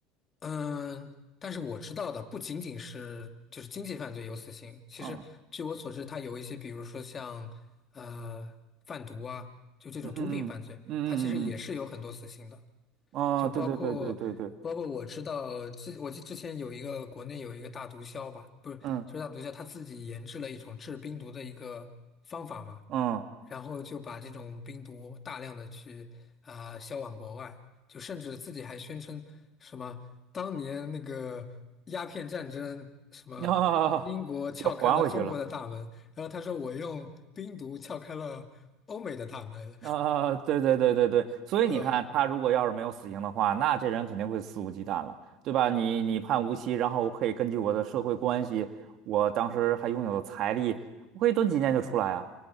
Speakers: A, on the left; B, on the right.
A: 嗯，但是我知道的不仅仅是就是经济犯罪有死刑，其实据我所知，
B: 嗯
A: 它有一些，比如说像呃贩毒啊，就这种毒品犯罪，
B: 嗯嗯嗯嗯嗯
A: 它其实也是有很多死刑的，
B: 嗯，
A: 就包括包括我知道之我记之前有一个国内有一个大毒枭吧，
B: 啊，对对对对对对，
A: 不是就是大毒枭他自己研制了一种制冰毒的一个方法嘛。
B: 嗯嗯，
A: 然后就把这种冰毒大量的去啊、销往国外，就甚至自己还宣称什么当年那个鸦片战争，什么英国撬开了中国的大门，
B: <laughs> 啊，又还回去了。
A: 然后他说我用冰毒撬开了欧美的大门，
B: 啊，对对对对对，所以你看，
A: <laughs> 对。
B: 他如果要是没有死刑的话，那这人肯定会肆无忌惮了，对吧？你你判无期，然后我可以根据我的社会关系，我当时还拥有财力，我可以蹲几年就出来啊。